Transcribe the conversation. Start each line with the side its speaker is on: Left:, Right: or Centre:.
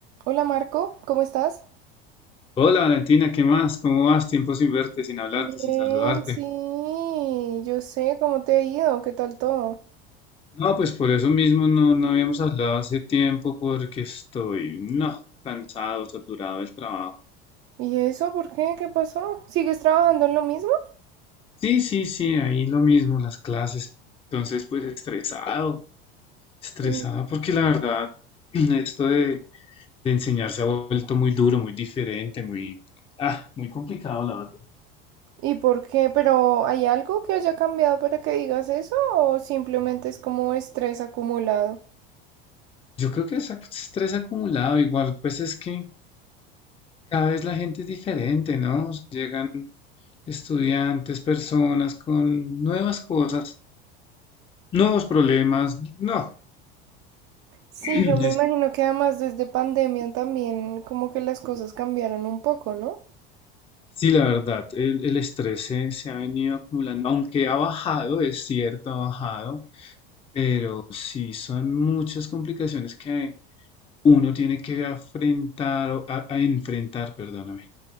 Right: Hola Marco, ¿cómo estás?
Left: Hola Valentina, ¿qué más? ¿Cómo vas? Tiempo sin verte, sin hablarte,
Right: Bien,
Left: sin saludarte.
Right: sí, yo sé cómo te ha ido, qué tal todo.
Left: No, pues por eso mismo no, no habíamos hablado hace tiempo porque estoy, no, cansado, saturado del trabajo.
Right: ¿Y eso por qué? ¿Qué pasó? ¿Sigues trabajando en lo mismo?
Left: Sí, sí, sí, ahí lo mismo, las clases. Entonces, pues estresado, estresado
Right: Mm.
Left: porque la verdad, <clears throat> esto de, de enseñar se ha vuelto muy duro, muy diferente, muy, ah, muy complicado, la verdad.
Right: ¿Y por qué? ¿Pero hay algo que haya cambiado para que digas eso o simplemente es como estrés acumulado?
Left: Yo creo que es ac- estrés acumulado, igual, pues es que cada vez la gente es diferente, ¿no? Llegan estudiantes, personas con nuevas cosas, nuevos problemas. No,
Right: Sí,
Left: <clears throat>
Right: yo me
Left: es-
Right: imagino que además desde pandemia también como que las cosas cambiaron un poco, ¿no?
Left: sí, la verdad, el, el estrés se, se ha venido acumulando, aunque ha bajado, es cierto, ha bajado, pero sí son muchas complicaciones que uno tiene que afrontar, o a, a enfrentar, perdóname.